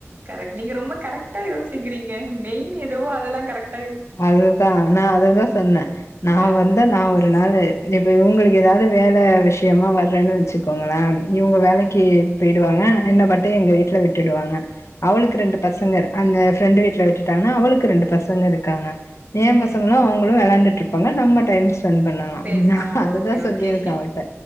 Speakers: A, on the right; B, on the left.
A: கரெக்ட் நீங்க ரொம்ப கரெக்டா யோச் த்துகிறீங்க மெயின் எதவோ அதெல்லா கரெக்ட்
B: அதுதா நா அதுதா சொன்ன நா
A: ஆ
B: வந்த நா ஒரு நாளு ப் இப்ப இவுங்களுக்கு எதாது வேலை விஷ்யமா வர்றேன்னு வச்சுக்கோங்களே இவுங்க
A: ஆ
B: வேலைக்கு போய்டுவாங்க என்ன பாட்டய எங்க வீட்ல விட்டுடுவாங்க அவளுக்கு ரெண்டு பசங்க அந்த ஃப்ரெண்டு வீட்ல விட்டுட்டாங்கனா அவளுக்கு ரெண்டு பசங்க இருக் காங்க ஏ
A: ம்
B: பசங்களு அவங்களு வெளாண்டுட் ருப்பாங்க நம்ம டைம்ஸ் ஸ்பென்ட் பண்ணலா
A: பெண்
B: நா
A: ஆ
B: அதுதா
A: ஓகே
B: சொல்லிருக்க
A: ஓகே
B: அவட்ட